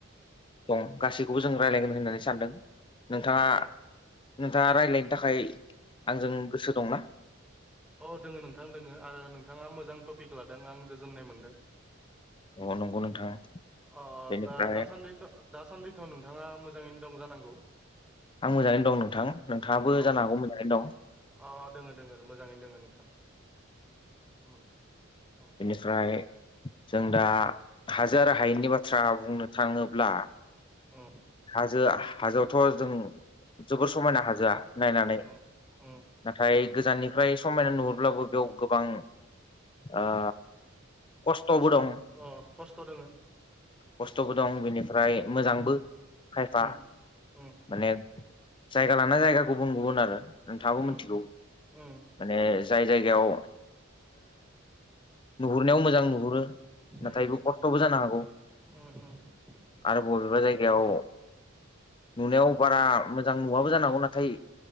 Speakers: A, on the left (about 25°); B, in the centre.
A: दं गासैखौबो जों रायलायगोन होननानै सानदों नोंथाङा
B: आदसा
A: नोंथाङा रायलायनो थाखाय आंजों गोसो दंना।
B: अ दोङो नोंथां दोङो आरो नोंथाङा मोजां टपिक लादों आं गोजोननाय मोनदों
A: अ नंगौ नोंथां
B: अ
A: बेनिफ्राय
B: दा दासान्दि दासान्दिथ' नोंथाङा मोजाङैनो दं जानांगौ।
A: आं मोजाङै दं नोंथां नोंथाङाबो
B: अ
A: जानो हागौ मोजाङै दं।
B: अ दोङो दोङो मोजाङैनो दोङो नोंथां ओम अ
A: बेफ्राय जों दा हाजार हायेननि बाथ्रा बुंनो थाङोब्ला
B: ओम
A: हाजोआ हाजोआवथ' जों जोबोर समायना हाजोआ नायनानै
B: उम उम
A: नाथाय गोजाननिफ्राय समायना नुहुरब्लाबो बेयाव गोबां ओ खस्थ'बो
B: खस्थ'
A: दं
B: अ खस्थ' दोङो
A: खस्थ'बो दं बेनिफ्राय मोजांबो बा
B: उम उम
A: माने जायगा लाना जायगा गुबुन गुबुन आरो नोंथाङाबो
B: उम
A: मिथिगौ
B: उम
A: माने जाय जायगायाव नुहुरनायाव मोजां नुहुरो
B: उम
A: नाथायबो खस्थ'बो जानो हागौ
B: उम उम
A: आरो बबेबा जायगायाव नुनायाव बारा मोजां नुवाबो जानांगौ नाथाय